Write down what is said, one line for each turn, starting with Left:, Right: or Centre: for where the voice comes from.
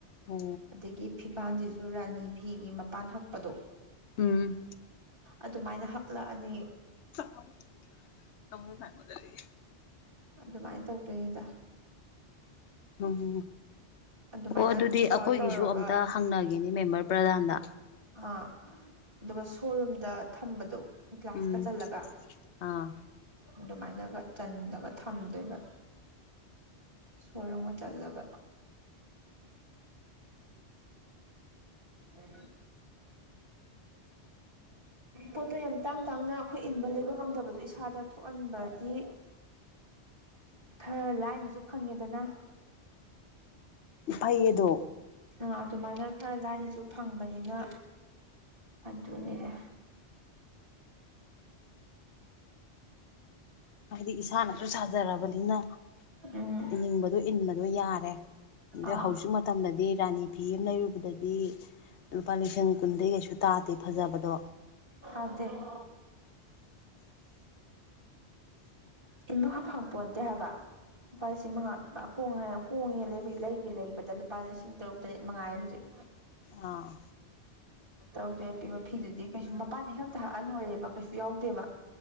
Left: ꯑꯣ
Right: ꯑꯗꯒꯤ ꯐꯤꯕꯥꯥꯟꯖꯤꯖꯨ ꯔꯥꯅꯤ ꯐꯤꯒꯤ ꯃꯄꯥꯟ ꯍꯛꯄꯗꯣ
Left: ꯎꯝ
Right: ꯑꯗꯨꯃꯥꯏꯅ ꯍꯛꯂꯛꯑꯅꯤ
Left: ꯁ <unintelligible> ꯁ ꯐꯒꯗꯔꯦ
Right: ꯑꯗꯨꯃꯥꯏꯅ ꯇꯧꯗꯣꯏꯉꯗ
Left: ꯎꯝ
Right: ꯑꯗꯨꯃꯥꯏꯅ
Left: ꯑꯣ ꯑꯗꯨꯗꯤ ꯑꯩꯈꯣꯏꯒꯤꯁꯨ
Right: ꯇꯧꯔ ꯇꯧꯔꯒ
Left: ꯑꯝꯇ ꯍꯪꯅꯒꯦꯅꯦ ꯃꯦꯝꯕꯔ ꯄ꯭ꯔꯗꯥꯟꯗ
Right: ꯑ ꯑꯗꯨꯒ ꯁꯣꯣꯔꯨꯝꯗ ꯊꯝꯕꯗꯣ ꯒ꯭ꯂꯥꯁꯀ
Left: ꯎꯝ
Right: ꯆꯜꯂꯒ
Left: ꯑꯥ
Right: ꯑꯗꯨꯃꯥꯏꯅꯒ ꯆꯜꯂꯒ ꯊꯝꯗꯣꯏꯕ ꯁꯂꯣꯡꯕ ꯆꯜꯂꯒ ꯎꯝ ꯄꯣꯠꯇꯣ ꯌꯥꯝ ꯇꯥꯡ ꯇꯥꯡꯅ ꯑꯩꯈꯣꯏ ꯏꯟꯕ ꯂꯩꯕ ꯉꯝꯗꯕꯗꯣ ꯏꯁꯥꯗ ꯊꯣꯛꯍꯟꯕꯗꯤ ꯈꯔ ꯂꯥꯏꯅꯁꯨ ꯐꯪꯉꯦꯗꯅ
Left: ꯐꯩꯌꯦꯗꯣ
Right: ꯑ ꯑꯗꯨꯃꯥꯏꯅ ꯈꯔ ꯂꯥꯏꯅꯁꯨ ꯐꯪꯕꯅꯤꯅ ꯑꯗꯨꯅꯤꯗ
Left: ꯑꯩꯗꯤ ꯏꯁꯥꯅꯁꯨ ꯁꯥꯖꯔꯕꯅꯤꯅ
Right: ꯎꯝ
Left: ꯏꯅꯤꯡꯕꯗꯣ ꯏꯟꯕꯗꯣ ꯌꯥꯔꯦ ꯑꯗꯨ
Right: ꯑꯥ
Left: ꯍꯧꯖꯤꯛ ꯃꯇꯝꯗꯗꯤ ꯔꯥꯅꯤ ꯐꯤ ꯑꯃ ꯂꯩꯔꯨꯕꯗꯗꯤ ꯂꯨꯄꯥ ꯂꯤꯁꯤꯡ ꯀꯨꯟꯗꯩ ꯀꯩꯁꯨ ꯇꯥꯗꯦ ꯐꯖꯕꯗꯣ
Right: ꯑꯗ <unintelligible> <inaudible> <unintelligible> ꯏꯟꯕ ꯐꯪꯄꯣꯟꯇꯦ ꯍꯥꯏꯕ ꯂꯨꯄꯥ ꯂꯤꯁꯤꯡ ꯃꯪꯉꯥ ꯉ ꯍꯣꯡꯉꯦ ꯍꫭꯡꯉꯦ ꯂꯩꯕꯩ ꯂꯩꯒꯦ ꯂꯩꯕꯗ ꯂꯨꯄꯥ ꯂꯤꯁꯤꯡ ꯇꯔꯨꯛ ꯇꯔꯦꯠ ꯃꯉꯥꯏꯔꯦ ꯍꯧꯖꯤꯛ
Left: ꯑꯥ
Right: ꯇꯔꯨꯛ ꯇꯔꯦꯠ ꯄꯤꯕ ꯐꯤꯗꯨꯗꯤ ꯀꯩꯁꯨ ꯃꯄꯥꯟ ꯏꯍꯛꯇ ꯍꯛꯑ ꯂꯣꯏꯔꯦꯕ ꯀꯩꯁꯨ ꯌꯥꯎꯗꯦꯕ